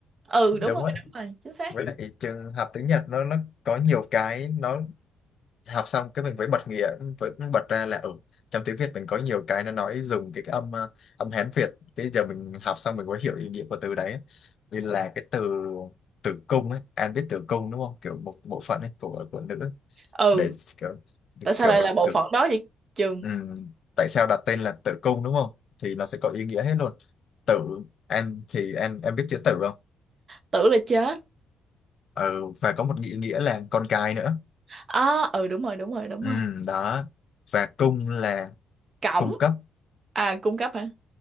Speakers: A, on the right (about 40°); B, on the left (about 55°).
A: Ừ đúng
B: đúng
A: rồi,
B: vậy
A: đúng rồi, chính xác.
B: với lại trường học tiếng Nhật nó nó có nhiều cái nó học xong cái mình phải bật nghĩa vẫn bật ra là ở trong tiếng Việt mình có nhiều cái nó nói dùng cái cái âm ờ, âm Hán Việt bây giờ mình học xong mình mới hiểu ý nghĩa của từ đấy như là cái từ tử cung ấy An biết tử cung đúng không kiểu một bộ phận ấy của của nữ ấy.
A: Ừ
B: để kiểu
A: tại sao
B: kiểu
A: lại là bộ
B: tử
A: phận đó vậy trường
B: ừm, tại sao đặt tên là tử cung đúng không thì nó sẽ có ý nghĩa hết luôn tử em thì em em biết chữ tử không
A: tưởng là chết
B: ừ, và có một nghĩa nghĩa là con cái nữa
A: à ừ đúng rồi đúng rồi đúng
B: Ừm,
A: rồi
B: đó và cung là
A: cổng
B: cung cấp
A: à cung cấp hả